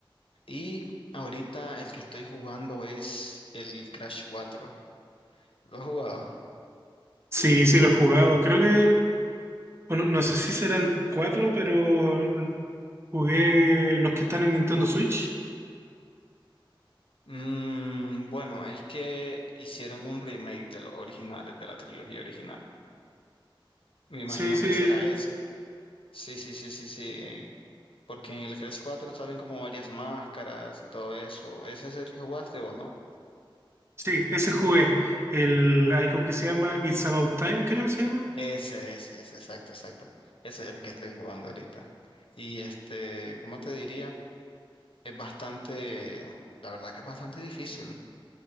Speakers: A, on the left (about 80°); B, on the right (about 30°).
A: Y ahorita el que estoy jugando es el Crash cuatro ¿Lo has jugado?
B: sí, sí, lo he jugado. Creo que, bueno, no sé si será el 4, pero l- jugué los que están en Nintendo Switch.
A: Mm, bueno, es que hicieron un remake de los originales, de la trilogía original. Me imagino
B: Sí, sí,
A: que será ese. Sí, sí, sí, sí, sí. en- porque en el Crash cuatro salen como varias máscaras y todo eso. ¿Ese es el que jugaste o no?
B: sí, ese jugué. El, hay como que se llama It's About Time, creo que se llama.
A: Ese, ese, ese, exacto, exacto. Ese es el que estoy jugando ahorita. Y este, ¿cómo te diría? Es bastante, la verdad que es bastante difícil,